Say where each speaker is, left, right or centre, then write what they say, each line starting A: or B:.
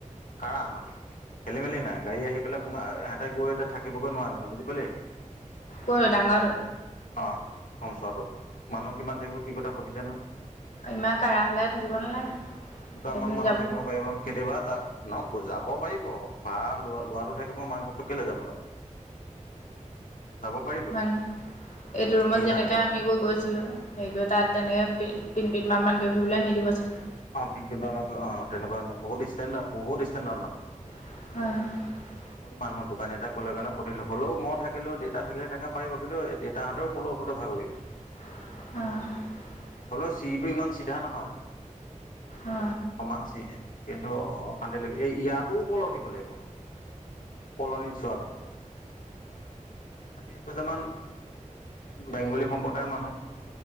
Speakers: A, on the left; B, on the left.
A: কাৰ আমলি খেলি মেলি নাই গাড়ী আহি পেলাই সোয় এহঁতে গৈ এতিয়া থাকিবগৈ নোৱাৰে মানে বুজি পালি।
B: কৰ ডাঙৰ
A: অ', <unintelligible> মানুহ কিমান থাকিব কি কথা সুধিছা ন?
B: ইমান কাঢ়া হ'লে থাকিব নালাগে
A: দুটামান
B: গোটেইখিনি
A: মানুহ
B: যাব
A: থাকিব পাৰিব কেতিয়াবা ন যাব পাৰিব <unintelligible> লৰাটো থাকিব মাক বাপেক কেল যাব ন। যাব পাৰিব।
B: মানুহ এইটো ৰুমত
A: কেইটা
B: যেনেকে
A: থাকে
B: আমিবোৰ গৈছিলো সেই টোয়ে তাত তেনেকে <unintelligible> মান গৈ <unintelligible> নিদিবচোন।
A: অ', <unintelligible> তেনেকুৱা বহুত ষ্টেণ্ডাৰ্ড বহুত ষ্টেণ্ডাৰ্ড মানে।
B: অ'।
A: মোৰ মানুহৰ দোকান এটা কলৰ কাৰণে সুধিলো হলেও মই থাকিলো দউেত থাকিলে তেনে পাৰ কিন্তু দেউটাহঁতেও <unintelligible>
B: অ'।
A: হলেও চিৰিটো ইমান চিধা নহয়
B: অ
A: সমান চিৰি। কিন্তু অশান্তি ল এই ইয়াতো ওপৰলৈ উঠিব লাগিব অ'। কলনিত যোৱাটো খালি কেইজনমান বেংগলী সম্প্ৰদায়ৰ মানুহ।